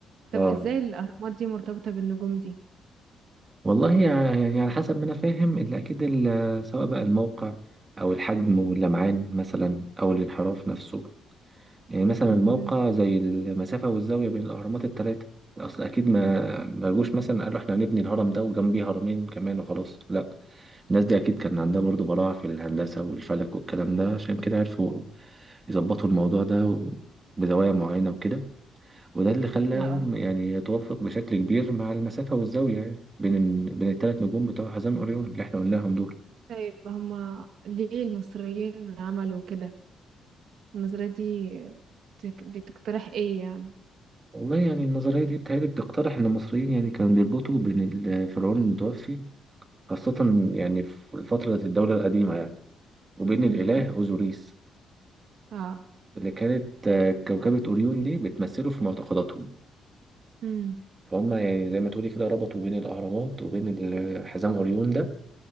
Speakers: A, on the right; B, on the right.
A: اه
B: طب ازاي الأهرامات دي مرتبطة بالنجوم دي؟
A: والله يع- يعني على حسب ما انا فاهم اللي اكيد ال- سواء بقى الموقع او الحجم واللمعان مثلا او الانحراف نفسه يعني مثلا
B: مهم.
A: الموقع زي المسافه والزاويه بين الاهرامات الثلاثه اصل اكيد ما ما جوش مثلا قالوا احنا هنبني الهرم ده وجنبيه هرمين كمان وخلاص لا الناس دي اكيد كان عندها برضو براعه في الهندسه والفلك والكلام ده عشان كده عرفوا يظبطوا الموضوع ده و- بزوايا معينه وكده وده اللي خلاهم
B: اه آه.
A: يعني يتوافق بشكل كبير مع المسافة والزاوية يعني بين ال... بين الثلاث نجوم بتوع حزام أوريون اللي احنا قلناهم دول
B: طيب هما ليه المصريين عملوا كده؟ النظرية دي بتك- بتقترح ايه يعني
A: والله يعني النظرية دي بتهيألي بتقترح إن المصريين يعني كانوا بيربطوا بين الفرعون المتوفي خاصة يعني في فترة الدولة القديمة يعني وبين
B: امم
A: الإله أوزوريس
B: اه
A: اللي كانت آه، كوكبة أوريون دي بتمثله في معتقداتهم
B: امم
A: فهم يعني زي ما تقولي كده ربطوا بين الأهرامات وبين ال- حزام أوريون ده